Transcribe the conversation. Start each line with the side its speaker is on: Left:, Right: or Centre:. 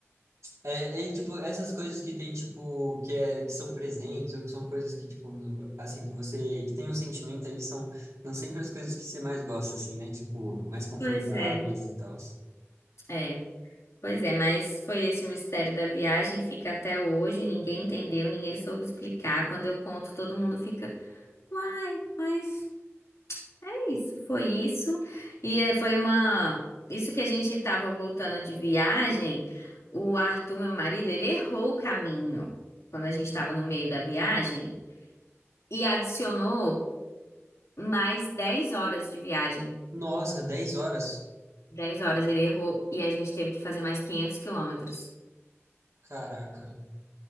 Right: É, é, tipo, essas coisas que tem, tipo, que, é, que são presentes, ou que são coisas que, tipo, assim, que você, que tem um sentimento eles são, são sempre as coisas que você mais gosta, assim, né? Tipo, mais confortáveis
Left: Pois é,
Right: e tal.
Left: é, pois é, mas foi esse o mistério da viagem, fica até hoje, ninguém entendeu, ninguém soube explicar. Quando eu conto, todo mundo fica, uai, mas é isso, foi isso. E é, foi uma. Isso que a gente tava voltando de viagem, o Arthur, meu marido, ele errou o caminho quando a gente tava no meio da viagem. E adicionou mais 10 horas de viagem.
Right: Nossa, dez horas?
Left: dez horas ele errou e a gente teve que fazer mais 500 quilômetros.
Right: Caraca.